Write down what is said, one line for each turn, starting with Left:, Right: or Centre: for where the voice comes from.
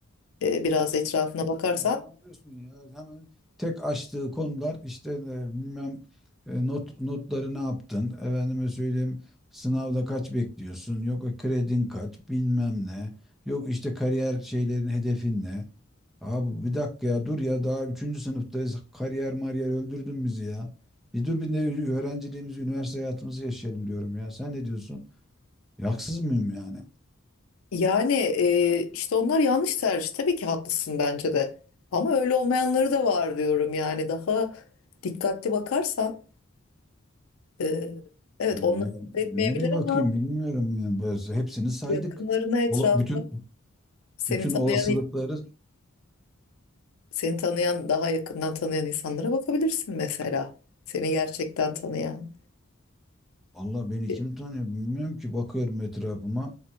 Left: e, biraz
Centre: Ama
Left: etrafına
Centre: ne yapayım
Left: bakarsan
Centre: ya, ne yapıyorsun ya? Hemen tek açtığı konular işte e, bilmem e, not notları ne yaptın? Efendime söyleyeyim sınavda kaç bekliyorsun? Yok e, kredin kaç? Bilmem ne. Yok işte kariyer şeylerin hedefin ne? Abi bir dakika ya dur ya daha üçüncü sınıftayız. Kariyer mariyer öldürdün bizi ya. Bir dur bir de öğrenciliğimizi, üniversite hayatımızı yaşayalım diyorum ya. Sen ne diyorsun? Yaksız mıyım yani?
Left: yani e, işte onlar yanlış tercih. Tabii ki haklısın bence de. Ama öyle olmayanları da var diyorum yani daha dikkatli bakarsan e, evet
Centre: Yani
Left: onlar etmeyebilir
Centre: nereye bakayım
Left: ama
Centre: bilmiyorum yani. Biz hepsini saydık.
Left: yakınlarına etrafına
Centre: Ola- bütün
Left: seni
Centre: bütün
Left: tanıyan
Centre: olasılıkları
Left: Seni tanıyan, daha yakından tanıyan insanlara bakabilirsin mesela. Seni gerçekten tanıyan.
Centre: Allah beni
Left: E,
Centre: kim tanıyor bilmiyorum ki bakıyorum etrafıma.